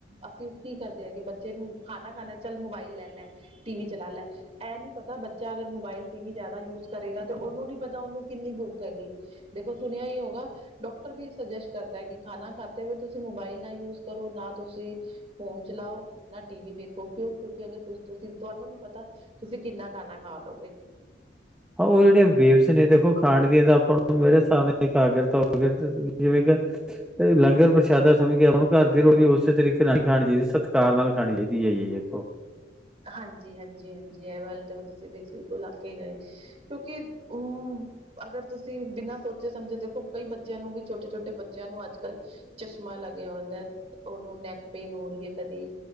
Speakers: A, on the right; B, in the centre.
A: ਅਸੀਂ ਕੀ ਕਰਦੇ ਆ ਕਿ ਬੱਚੇ ਨੂੰ ਖਾਣਾ ਖਾਣਾ ਚੱਲ ਮੋਬਾਈਲ ਲੈ ਲੈ ਟੀ ਵੀ ਚਲਾ ਲੈ ਇਹ ਨੀ ਪਤਾ ਬੱਚਾ ਅਗਰ ਮੋਬਾਇਲ ਟੀ ਵੀ ਜ਼ਿਆਦਾ ਯੂਜ ਕਰੇਗਾ ਤੇ ਉਹਨੂੰ ਨੀ ਪਤਾ ਉਹਨੂੰ ਕਿੰਨੀ ਭੁੱਖ ਹੈਗੀ ਦੇਖੋ ਸੁਣਿਆ ਹੀ ਹੋਗਾ ਡਾਕਟਰ ਵੀ ਸੁਜੈਸਟ ਕਰਦਾ ਕਿ ਖਾਣਾ ਖਾਤੇ ਹੋਏ ਤੁਸੀਂ ਮੋਬਾਈਲ ਨਾ ਯੂਜ ਕਰੋ ਨਾ ਤੁਸੀਂ ਫੋਨ ਚਲਾਓ ਨਾ ਟੀ ਵੀ ਵੇਖੋ ਕਿਉਂ ਕਿਉਂਕਿ ਅਗਰ ਕੁਛ ਤੁਸੀਂ ਤੁਹਾਨੂੰ ਨੀ ਪਤਾ ਤੁਸੀਂ ਕਿੰਨਾ ਖਾਣਾ ਖਾ ਲਓਗੇ
B: ਉਹ ਜਿਹੜੀਆਂ ਵੇਬਸ ਨੇ ਦੇਖੋ ਖਾਣਡਵੀਆ ਤਾਂ ਆਪਾਂ ਮੇਰੇ ਹਿਸਾਬ ਨਾਲ ਇਕਗਰਤ ਤੋ ਜਿਵੇਂ ਕੇ ਲੰਗਰ ਪ੍ਰਸ਼ਾਦਾ ਸਮਝ ਕੇ ਆਪਾਂ ਨੂੰ ਘਰ ਦੀ ਰੋਟੀ ਉਸੇ ਤਰੀਕੇ ਨਾਲ ਹੀ ਖਾਣੀ ਚਾਹੀਦੀ ਸਤਿਕਾਰ ਨਾਲ ਖਾਣੀ ਚਾਹੀਦੀ ਹੈ ਜੀ ਦੇਖੋ
A: ਹਾਂਜੀ ਹਾਂਜੀ ਹਾਂਜੀ ਇਹ ਵੱਲ ਤੇ ਤੁਸੀਂ ਬ ਤੋਂ ਲੱ ਕੇ ਗਏ ਕਿਉਂਕਿ ਉਹ ਅਗਰ ਤੁਸੀਂ ਬਿਨਾਂ ਸੋਚੇ ਸਮਝੇ ਦੇਖੋ ਕਈ ਬੱਚਿਆਂ ਨੂੰ ਵੀ ਛੋਟੇ ਛੋਟੇ ਬੱਚਿਆਂ ਨੂੰ ਅੱਜ- ਕੱਲ੍ਹ। ਚਸ਼ਮਾ ਲੱਗਿਆ ਹੁੰਦਾ। ਉਹਨੂੰ ਨੈਕ ਪੇਨ ਹੋ ਰਹੀ ਹੈ ਕਦੇ